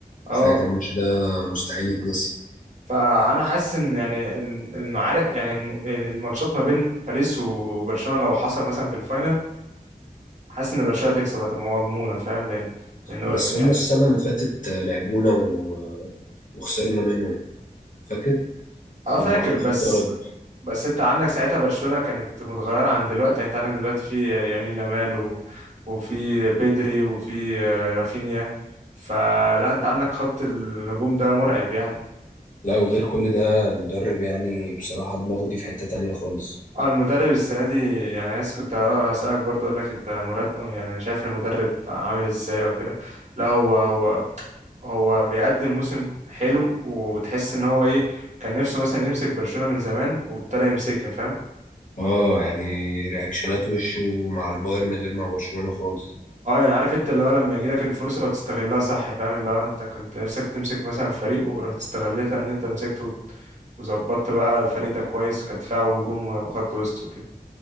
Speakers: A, on the right; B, on the left.
A: اه
B: فاكر الماتش ده مستحيل يتنسي
A: فانا حاسس ان يعني الم- المعارك يعني الم- يعني الماتشات ما بين باريس وبرشلونة لو حصل مثلا في الفاينل حاسس ان برشلونه تكسب هتبقى مضمونه فاهم لان لانه
B: بس
A: يعني
B: هما السنة اللي فاتت لعبونا و... وخسرنا منهم فاكر
A: اه فاكر
B: لما أروخو
A: بس
B: اتطرد
A: بس انت عندك ساعتها برشلونه كانت متغيره عن دلوقتي يعني انت عندك دلوقتي في يمين لامال و... وفي بيدري وفي آه، رافينيا فلا انت عندك خط الهجوم ده مرعب يعني
B: لا وغير كل ده المدرب يعني بصراحة دماغه دي في حتة تانية خالص
A: اه المدرب السنه دي يعني انا لسه كنت اه هسالك برضه اقول لك انت مراد يعني شايف المدرب عامل ازاي او كده لا هو هو هو بيقدم موسم حلو وتحس ان هو ايه كان نفسه مثلا يمسك برشلونة من زمان وابتدى يمسكها فاهم
B: اه يعني رياكشنات وشه مع البايرن غير مع برشلونة خالص
A: اه يعني عارف انت اللي هو لما يجي لك الفرصة وتستغلها صح فاهم اللي هو انت كنت نفسك تمسك مثلا فريق ورحت استغلتها ان انت مسكته وت- وظبطت بقى الفريق ده كويس كدفاع وهجوم وخط وسط وكده